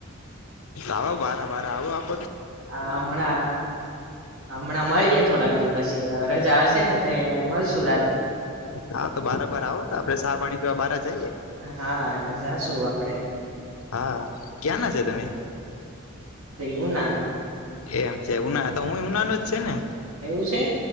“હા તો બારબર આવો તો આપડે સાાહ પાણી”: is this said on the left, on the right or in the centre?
Left